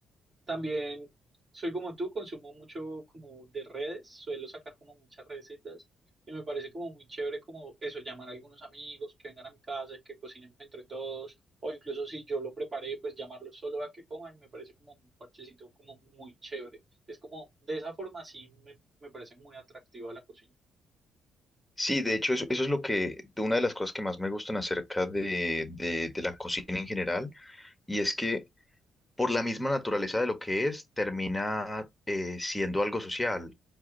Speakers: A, on the right; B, in the centre.
A: También soy como tú, consumo mucho como de redes, suelo sacar como muchas recetas y me parece como muy chévere como eso, llamar a algunos amigos que vengan a mi casa, que cocinemos entre todos, o incluso si yo lo preparé, pues llamarlos solo a que coman, me parece como un parchecito como muy chévere. Es como, de esa forma sí me, me parece muy atractiva la cocina.
B: Sí, de hecho, eso, eso es lo que, de una de las cosas que más me gustan acerca de, de, de la cocina en general, y es que por la misma naturaleza de lo que es, termina eh, siendo algo social.